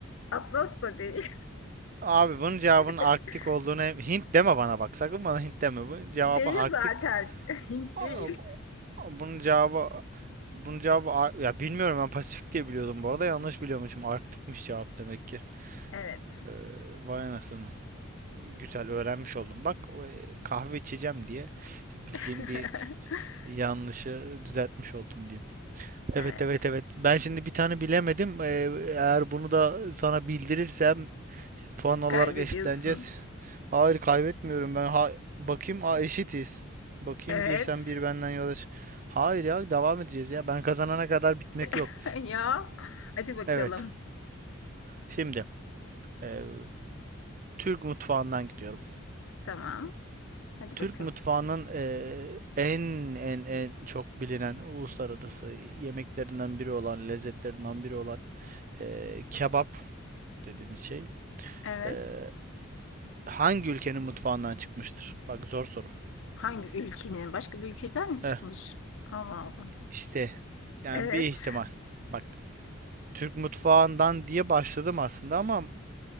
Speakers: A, on the left; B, on the right.
A: Atlas da değil.
B: Abi bunun cevabının
A: <laughs>
B: Arktik olduğunu Hint deme bana bak. Sakın bana Hint deme. Bu cevabı
A: Değil
B: Arktik.
A: zaten. <laughs> Hint
B: Aa,
A: değil.
B: Bunun cevabı bunun cevabı Ar- ya bilmiyorum ben Pasifik diye biliyordum bu arada. Yanlış biliyormuşum. Arktikmiş cevap demek ki.
A: Evet.
B: Ee, vay anasını. Güzel öğrenmiş oldum. Bak e, kahve içeceğim diye bildiğim
A: <laughs>
B: bir yanlışı düzeltmiş oldum diyeyim. Evet
A: Evet.
B: evet evet. Ben şimdi bir tane bilemedim. Ee, eğer bunu da sana bildirirsem puan olarak
A: Kaybediyorsun.
B: eşitleneceğiz. Hayır kaybetmiyorum ben. Ha, bakayım Aa, eşitiz. Bakayım
A: Evet.
B: bir sen bir benden yola çık. Hayır ya devam edeceğiz ya. Ben kazanana kadar bitmek yok.
A: <laughs> Ya. Hadi bakalım.
B: Evet. Şimdi ee, Türk mutfağından gidiyor.
A: Tamam. Hadi
B: Türk
A: bakalım.
B: mutfağının eee, en en en çok bilinen uluslararası yemeklerinden biri olan, lezzetlerinden biri olan eee, kebap dediğimiz şey
A: Evet.
B: eee, hangi ülkenin mutfağından çıkmıştır? Bak zor soru.
A: Hangi ülkenin? Başka bir ülkeden mi çıkmış?
B: Eh,
A: Ama Allah'ım.
B: işte yani
A: Evet.
B: bir ihtimal. Bak Türk mutfağından diye başladım aslında ama